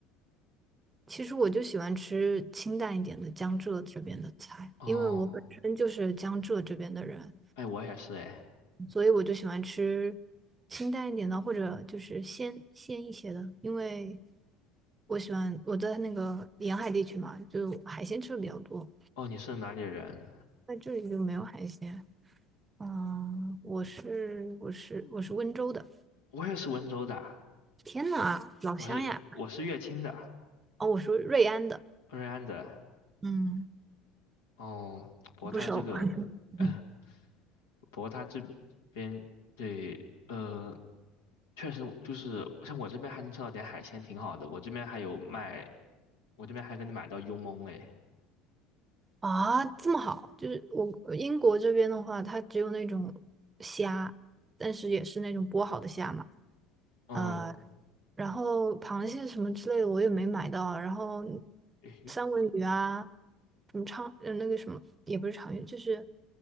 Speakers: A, on the right (about 25°); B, on the left (about 75°).
A: 其实我就喜欢吃清淡一点的江浙这边的菜，
B: 哦，
A: 因为我本身就是江浙这边的人，
B: 哎，我也是哎，
A: 所以我就喜欢吃清淡一点的，或者就是鲜鲜一些的，因为我喜欢我在那个沿海地区嘛，就海鲜吃的比较多，
B: 哦，你是哪里人？
A: 在这里就没有海鲜。嗯，我是我是我是温州的，
B: 我也是温州的。
A: 天呐，老乡呀！
B: 我是我是乐清的，
A: 哦，我是瑞安的。
B: 瑞安的。
A: 嗯。
B: 哦，不过他这个，
A: 不熟。<laughs>
B: 嗯、不过他这边对，呃，确实就是像我这边还能吃到点海鲜，挺好的。我这边还有卖，我这边还给你买到幽焖哎。
A: 啊，这么好，就是我呃英国这边的话，它只有那种虾，但是也是那种剥好的虾嘛，
B: 嗯，
A: 呃，然后螃蟹什么之类的我也没买到，然后
B: 诶
A: 三文鱼啊，什么长，呃，那个什么也不是长鱼，就是